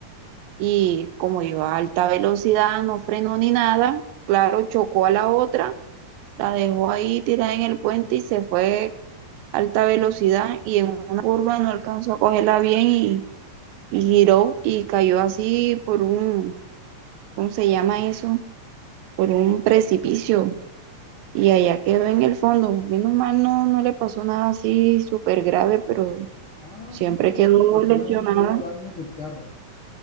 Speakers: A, on the right; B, on the left.
A: y como iba a alta velocidad, no frenó ni nada, claro, chocó a la otra, la dejó ahí tirada en el puente y se fue alta velocidad y en una curva no alcanzó a cogerla bien y, y giró y cayó así por un, ¿cómo se llama eso? Por un precipicio y allá quedó en el fondo. Menos mal no, no le pasó nada así súper grave, pero
B: Ah,
A: siempre
B: sí, sí, recuerdo,
A: quedó
B: solamente
A: lesionada.
B: hubo daños del carro.